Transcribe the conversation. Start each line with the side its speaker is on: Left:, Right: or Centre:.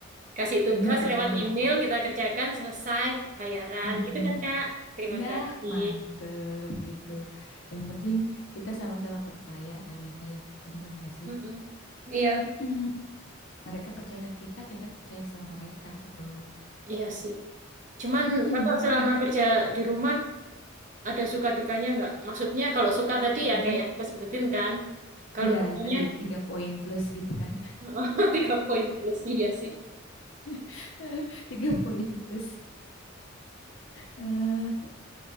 Right: Kasih
Left: <laughs>
Right: tugas
Left: bener
Right: lewat
Left: bener.
Right: email, kita kerjakan, selesai, bayaran.
Left: Mm-mm.
Right: Gitu kan, Kak? Terima
Left: Nah,
Right: kasih.
Left: mantep gitu. Yang penting kita sama-sama percaya kan ya, kayak bener gak sih?
Right: Mm-mm. Iya,
Left: Mm-mm. Mereka percaya ke kita, kita percaya sama mereka gitu.
Right: iya sih. Cuman
Left: Mm-mm,
Right: Kakak
Left: bener.
Right: selama kerja di rumah ada suka dukanya nggak? Maksudnya kalau suka tadi ya
Left: Mm-mm.
Right: kayak yang aku sebutin kan. Kalau
Left: Ya,
Right: dukanya
Left: tadi tiga poin plus gitu kan.
Right: <laughs> tiga poin plus iya sih.
Left: <laughs> Tiga poin plus. eh